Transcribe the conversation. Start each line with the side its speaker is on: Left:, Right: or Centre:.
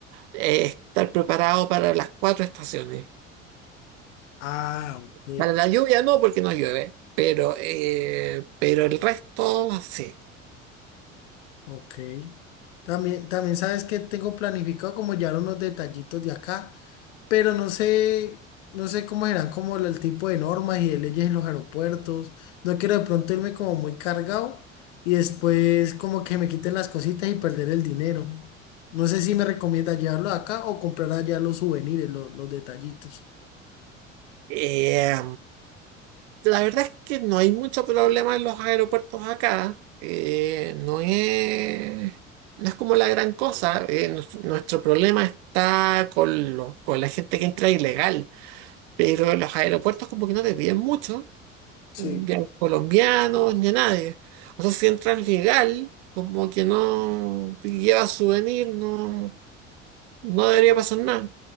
Right: eh, estar preparado para las cuatro estaciones.
Left: Ah, ok.
Right: Para la lluvia no, porque no llueve, pero, eh, pero el resto sí.
Left: Ok. También, también sabes que tengo planificado como ya unos detallitos de acá, pero no sé, no sé cómo serán como el tipo de normas y de leyes en los aeropuertos. No quiero de pronto irme como muy cargado y después como que me quiten las cositas y perder el dinero. No sé si me recomienda llevarlo acá o comprar allá los souvenirs, lo- los detallitos.
Right: Eh, La verdad es que no hay mucho problema en los aeropuertos acá. eh, no es, no es como la gran cosa. eh, nues- nuestro problema está con, lo- con la gente que entra ilegal. Pero en los aeropuertos como que no te piden mucho,
Left: Sí.
Right: ni a los colombianos ni a nadie. O sea, si entras legal, como que no y llevas souvenir, no, no debería pasar nada.